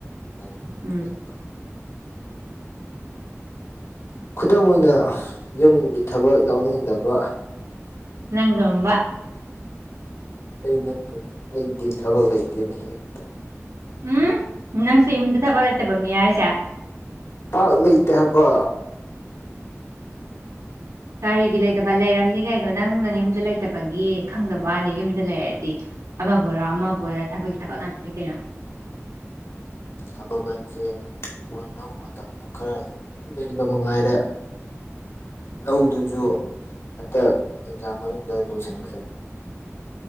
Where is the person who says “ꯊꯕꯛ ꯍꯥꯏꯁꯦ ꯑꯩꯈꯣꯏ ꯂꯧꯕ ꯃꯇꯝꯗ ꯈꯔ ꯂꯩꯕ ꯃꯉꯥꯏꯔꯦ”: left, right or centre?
Left